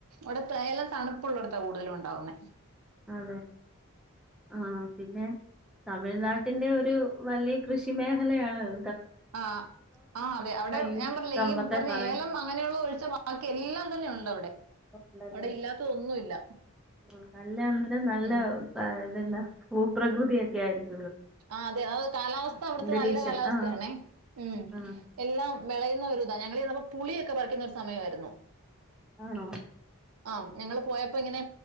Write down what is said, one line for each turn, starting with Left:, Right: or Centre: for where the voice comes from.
Right: അവിടെ ഏലം തണുപ്പള്ളിടത്താ കൂടുതലും ഉണ്ടാവുന്നേ
Centre: അതെ ആഹ് പിന്നെ തമിഴ്നാട്ടിൽ ട്ടിന്റെ ഒരു വലിയ കൃഷി മേഖലയാണത്
Right: ആഹ് ആഹ് അതെ അവിടെ
Centre: ഈ
Right: ഞാൻ പറഞ്ഞില്ലേ
Centre: കമ്പത്തെ
Right: ഈ പറഞ്ഞ
Centre: പറയ
Right: ഏലം അങ്ങനെയുള്ള ഒഴിച്ച് ബാക്കി എല്ലാം തന്നെ ഉണ്ട് അവിടെ
Centre: ഉണ്ടല്ലേ
Right: അവിടെ ഇല്ലാത്തതൊന്നുമില്ല
Centre: ല്ല നല്ല നല്ല
Right: ഉം
Centre: ആഹ് ഇതന്നാ ഭൂപ്രകൃതിയൊക്കെ ആയിരിക്കും
Right: ആഹ് അതെ അതെ കാലാവസ്ഥ അവിടുത്തെ
Centre: അന്തരീക്ഷം
Right: നല്ല കാലാവസ്ഥയാണേ
Centre: ആഹ്
Right: ഉം
Centre: ആഹ്
Right: എല്ലാം വിളയുന്ന ഒരു ഇതാ ഞങ്ങൾപ്പോ പുളിയൊക്കെ പറിക്കുന്ന സമയമായിരുന്നു
Centre: ആണോ
Right: ആഹ് ഞങ്ങള് പോയപ്പോ ഇങ്ങനെ